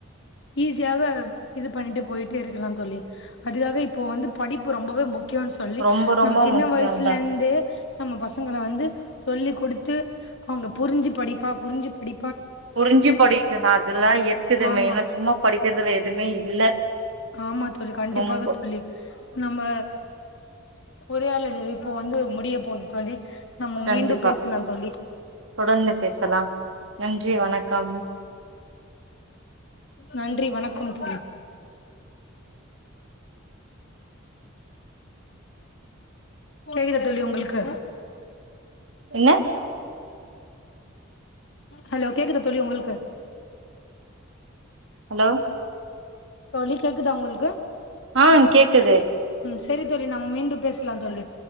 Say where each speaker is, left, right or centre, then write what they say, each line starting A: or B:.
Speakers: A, on the left; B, on the right.
A: ஈஸியாக இது பண்ட்டு போயிட்டே இருக்லா தோழி அதுகாக இப்போ வந்து படிப்பு ரொம்பவே முக் க்யோன் சொல்லி
B: ரொம்ப ரொம்ப
A: நா சின்ன
B: முக்கியந்தா
A: வய்சுலந்தே நம்ம பசுங்கள வந்து சொல்லி் குடுத்து அவ்ங்க புருஞ்சி படிப்பா புர்ஞ்சு படி
B: புருஞ்சு படிக்கனு அதுல எக்குது
A: ஆமா
B: மெயின சும்மா படிக்கற்துல எதுமே இ இல்ல
A: ஆமா தோழி கண்டிப்பாக
B: ரொம்ப
A: தோழி நம்ப உரையாலடு இப்போ வந்து முடிய போது தோழி நம்ம
B: கண்டிப்பா
A: மீண்டும் பேசலா தோழி
B: தொடர்ந்து பேசலா நன்றி வணக் கம்
A: நன்றி வணக்கும் தோழி கேக்குத தோழி உங்கள்க்கு
B: என்ன
A: ஹலோ கேக்குதா தோழி உங்களுக்கு
B: ஹலோ
A: தோழி கேக்குதா உங்களுக்கு
B: ஆ கேக்குது
A: ம் செரி தோழி நம்ம மீண்டூ பேசுலா தோழி